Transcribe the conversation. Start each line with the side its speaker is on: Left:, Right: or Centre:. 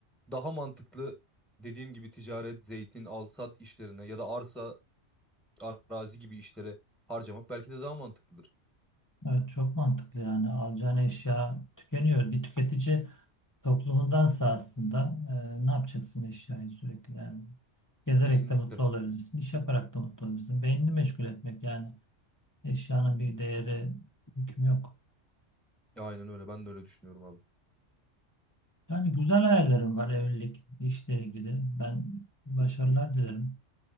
Centre: daha mantıklı dediğim gibi ticaret, zeytin, alsat işlerine ya da arsa, arazi gibi işlere harcamak belki de daha mantıklıdır.
Left: Evet çok mantıklı yani alacağın eşya tükeniyor. Bir tüketici toplumundansa aslında e, ne yapacaksın eşyayı sürekli yani. Gezerek
Centre: Kesinlikle.
Left: de mutlu olabilirsin, iş yaparak da mutlu olabilirsin. Beynini meşgul etmek yani eşyanın bir değeri, hükmü yok.
Centre: Aynen öyle. Ben de öyle düşünüyorum abi.
Left: Yani güzel hayallerim var evlilik, işle ilgili. Ben başarılar dilerim.